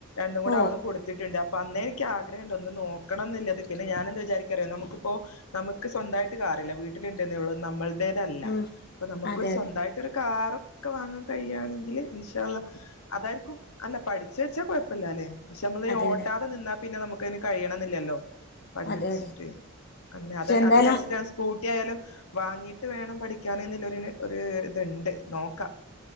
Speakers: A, on the left (about 75°); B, on the left (about 45°).
A: <unintelligible>
B: ഓ
A: അവളും കൊട് ത്ത്ട്ട്ണ്ട് അപ്പ അന്നേ ഇന്ക്ക്യാ ആഗ്രഹണ്ട് ഒന്ന് നോക്കണന്ന്ല്ലത് പിന്നെ ഞാനെന്താ വിചാരിക്കാറിയോ നമക്ക്പ്പോ നമക്ക് സ്വന്തായിട്ട് കാറ്ല്ല വീട്ട്ല് ഇണ്ട്ന്നേള്ളു നമ്മൾ തേത്തല്ല
B: ഉം
A: അപ്പ നമ്മക്കൊര്
B: അതെ
A: സ്വന്തായിട്ടൊര്
B: അതെ
A: കാറൊക്ക വാങ്ങാ കഴിയാണെങ്കില് ഇൻശാ അള്ളാ അതായിരിക്കും അല്ല പഠിച്ച് വെച്ചാ കൊഴപ്പല്ലാല്ലെ പക്ഷെ നമ്മള്
B: അതെ
A: ഈ ഓട്ടാതെ
B: അതെ
A: നിന്നാ പിന്നെ നമുക്കയിന് കഴിയണന്നില്ലല്ലോ പഠിച്ച്ട്ട്
B: അതെ അതെ
A: അങ്ങനെ
B: പക്ഷെ
A: അതഹ്
B: എന്തായാലും
A: അത് വിചാരിച്ചിട്ടാ സ് കൂട്ടി ആയാലും വാങ്ങീട്ട് വേണം പഠിക്കാന് ന്ന്ള്ളൊര്ന് ഒരു ഇത്ണ്ട് നോക്കാ